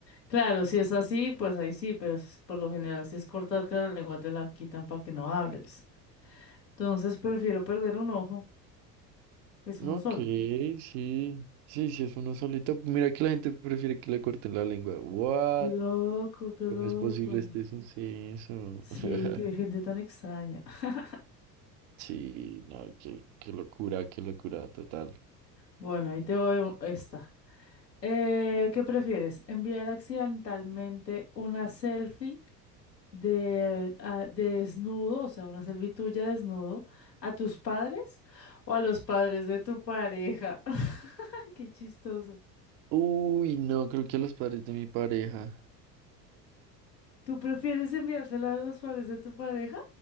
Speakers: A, on the left; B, on the right.
A: Claro, si es así, pues ahí sí, pero s- por lo general, si es cortarte la lengua, te la quitan para que no hables. Entonces prefiero perder un ojo, es
B: No,
A: uno solo.
B: Ok, sí. Sí, sí, es uno solito. Mira que la gente prefiere que le corten la lengua. What?
A: Qué loco, qué loco.
B: ¿Cómo es posible este suceso?
A: Sí,
B: <laughs>
A: qué gente tan extraña. <sniffs> <laughs>
B: Sí, no, qué, qué locura, qué locura, total.
A: Bueno, ahí te voy un- esta. Eh, ¿qué prefieres? ¿Enviar accidentalmente una selfie? de, a- de desnudo, o sea, una servitud ya desnudo, a tus padres o a los padres de tu pareja. <laughs> Qué chistoso.
B: Uy, no, creo que a los padres de mi pareja.
A: ¿Tú prefieres enviársela a los padres de tu pareja?